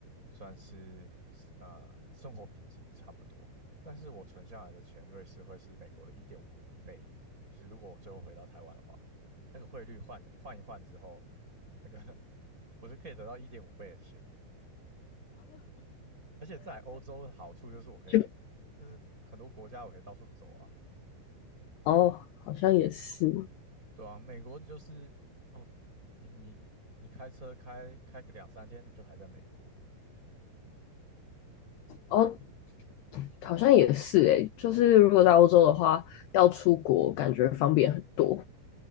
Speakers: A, on the right; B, on the left.
A: 算是呃生活品质差不多。但是我存下来的钱，瑞士会是美国的一点五倍。就是如果我最后回到台湾的话，那个汇率换换一换之后，那个 <laughs> 我就可以得到一点五倍的钱。而且在欧洲的好处就是我可以，
B: 就
A: 就是很多国家我可以到处走啊。
B: 哦，好像也是，
A: 对啊，美国就是哦，你你你开车开开个两三天，你就还在美国。
B: 哦，好像也是诶，就是如果在欧洲的话，要出国感觉方便很多。